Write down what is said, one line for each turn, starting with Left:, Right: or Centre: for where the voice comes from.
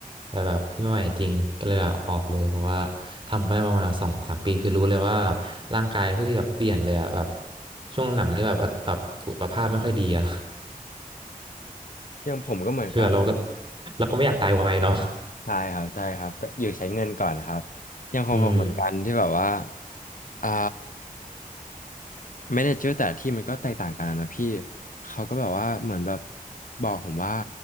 Right: แต่แบบพี่ไม่ไหวจริงก็เลยลาออกเลยเพราะว่าทำไม่ประมาณสองสามปีคือรู้เลยว่าแบบร่างกายพี่แบบเปลี่ยนเลยอะแบบช่วงหลังนี่แบบแบบสุขภาพไม่ค่อยดีอะ
Left: อย่างผมก็เหมือนกัน
Right: <laughs> คือแบบเราก็เราก็ไม่อยากตายไวเนาะ
Left: ใช่ครับใช่ครับก็อยู่ใช้เงินก่อนครับอย่างของผมเหมือนกันที่แบบว่า
Right: อืม
Left: อ่าแมเนเจอร์แต่ละที่มันก็แตกต่างกันนะพี่เขาก็แบบว่าเหมือนแบบบอกผมว่า